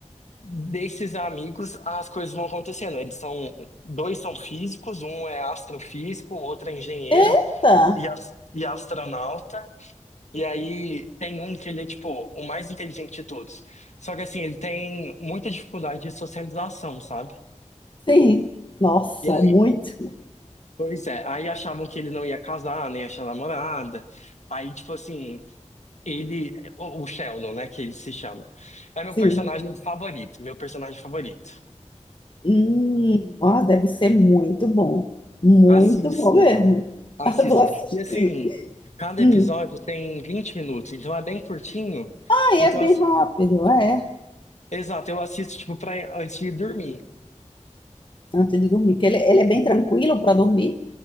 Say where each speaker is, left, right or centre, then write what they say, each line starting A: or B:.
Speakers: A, on the left (about 70°); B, on the left (about 40°).
A: desses amigos, as coisas vão acontecendo. Eles são dois são físicos, um é astrofísico, o outro é engenheiro
B: Eita!
A: e, as- e astronauta. E aí tem um que ele é, tipo, o mais inteligente de todos. Só que assim, ele tem muita dificuldade de socialização, sabe?
B: Sim. Nossa,
A: E aí,
B: é muito.
A: pois é, aí achavam que ele não ia casar, nem achar namorada. Aí, tipo assim, ele, o o Sheldon, né, que ele se chama, é meu
B: Sim.
A: personagem favorito, meu personagem favorito.
B: Hum. Nossa, deve ser muito bom. Muito
A: Assista,
B: bom mesmo.
A: assista.
B: <laughs> Vou assistir.
A: E assim, cada
B: Hum.
A: episódio tem 20 minutos, então é bem curtinho.
B: Ah, é
A: Então,
B: bem
A: assim,
B: rápido, é.
A: exato, eu assisto, tipo, pra, antes de dormir.
B: Antes de dormir, que ele, ele é bem tranquilo para dormir.